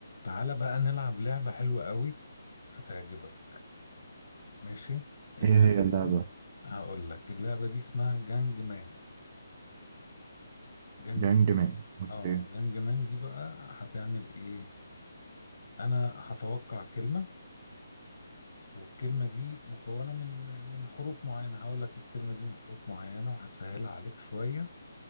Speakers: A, on the left; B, on the right.
A: تعالى بقى نلعب لعبة حلوة قوي هتعجبك ماشي اللعبة
B: ايه هي اللعبة؟
A: دي هقول لك اللعبة دي اسمها جانج مان جانج
B: جانج
A: مان
B: مان
A: دي
B: اوكي
A: اه جانج مان دي بقى هتعمل ايه انا هتوقع كلمة والكلمة دي مكونة من من حروف معينة هقول لك الكلمة دي من حروف معينة وهسهلها عليك شوية